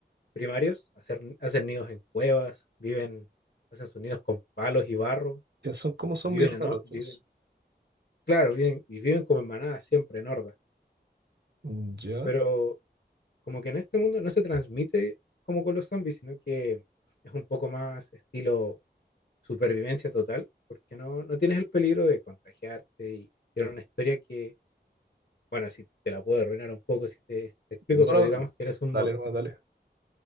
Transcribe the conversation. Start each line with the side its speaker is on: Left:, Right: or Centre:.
Left: primarios, hacer, hacen nidos en cuevas, viven, hacen sus nidos con palos y barro
Right: Ya son como zombies
Left: y viven en,
Right: raros,
Left: o- viven,
Right: entonces.
Left: claro, viven, y viven como en manadas siempre, en hordas.
Right: Mm, Ya.
Left: Pero como que en este mundo no se transmite como con los zombies, sino que es un poco más estilo supervivencia total, porque no, no tienes el peligro de contagiarte y era una historia que, bueno, si te la puedo arruinar un poco si te, te explico,
Right: No,
Left: pero
Right: no.
Left: digamos que eres un,
Right: Dale,
Left: mot-
Right: nomás, dale.